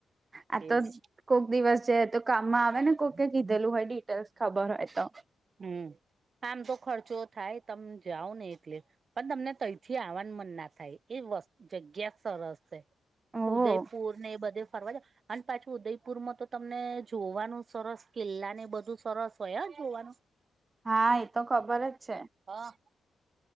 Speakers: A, on the right (about 40°); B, on the right (about 55°).
A: આ
B: એવું
A: તો કોક દિવસ જઇએ તો કામમાં આવે ને કોક કીધેલું હોય ડિટેલ્સ ખબર હોય તો.
B: હમ્મ આમ તો ખર્ચો થાય તમે જાઓ ને એટલે. પણ તમને તઈથી આવાન મન ના થાય એ વશ જગ્યા સરસ છે.
A: ઓહ
B: ઉદયપુરને એ બધું ફરવા જા અને પાછું ઉદયપુરમાં તો તમને જોવાનું સરસ કિલ્લાને બધું સરસ હોય જોવાનું
A: હા એ તો ખબર જ છે.
B: હ.